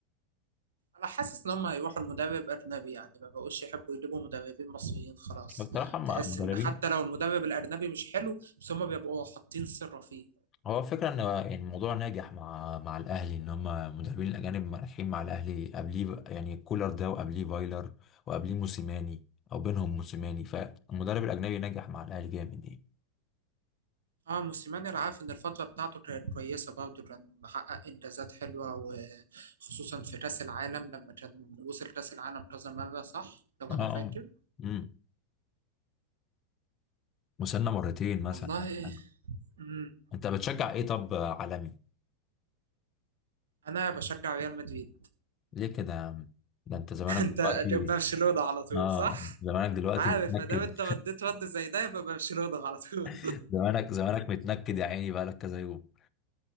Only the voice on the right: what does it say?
انا حاسس ان هم هيروحوا المدرب اجنبي يعني ما بقوش يحبوا يجيبوا مدربين مصريين خلاص
تحس
ان حتى لو المدرب الاجنبي مش حلو بس هم بيبقوا حاطين سر فيه
اه موسيماني انا عارف ان الفترة بتاعته كانت كويسة برضه كان محقق انجازات حلوة وخصوصا في كأس العالم لما كان وصل كأس العالم كذا مرة صح لو
انا فاكر
والله
مم.
انا بشجع ريال مدريد
<laughs> انت
برشلونة على طول
صح
عارف
ما دام انت رديت رد زي ده يبقى برشلونة على طول